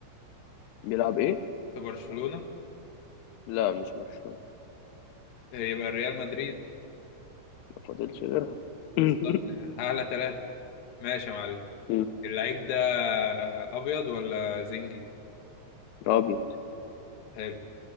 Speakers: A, on the left; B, on the left.
A: بيلعب ايه؟
B: في برشلونة
A: لا مش برشلونة
B: يبقى ريال مدريد
A: ما فاضلش غيرها
B: بالظبط
A: <coughs> <laughs>
B: يعني، اعلى ثلاثة ماشي يا معلم
A: مم.
B: اللعيب ده ابيض ولا زنجي
A: ابيض
B: حلو